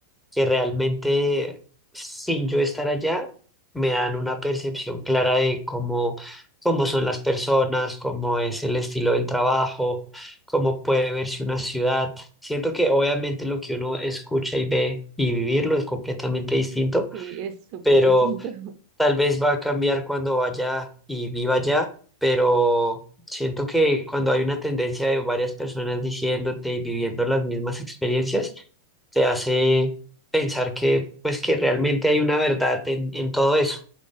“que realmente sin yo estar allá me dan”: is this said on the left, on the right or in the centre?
Centre